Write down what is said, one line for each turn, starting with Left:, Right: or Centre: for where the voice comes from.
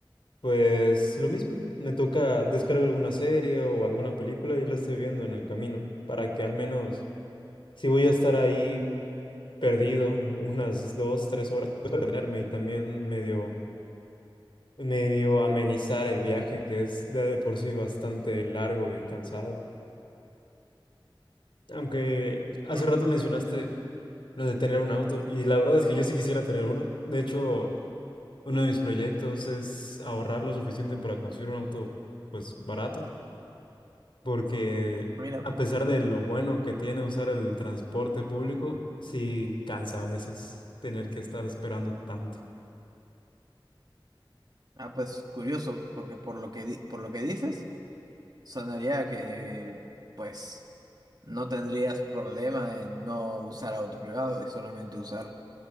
Left: Pues lo mismo, me toca descargar alguna serie o alguna película y la estoy viendo en el camino, para que al menos si voy a estar ahí perdido unas dos, tres horas, pueda detenerme y también medio, medio amenizar el viaje, que es de de por sí bastante largo y cansado. Aunque hace
Right: <laughs>
Left: rato mencionaste lo de tener un auto y la verdad es que yo sí quisiera tener uno. De hecho, uno de mis proyectos es ahorrar lo suficiente para conseguir un auto pues barato porque
Right: Mira.
Left: a pesar de lo bueno que tiene usar el transporte público, sí cansa a veces tener que estar esperando tanto.
Right: Ah, pues curioso, porque por lo que, di- por lo que dices, sonaría que pues no tendrías problema en no usar auto privado y solamente usar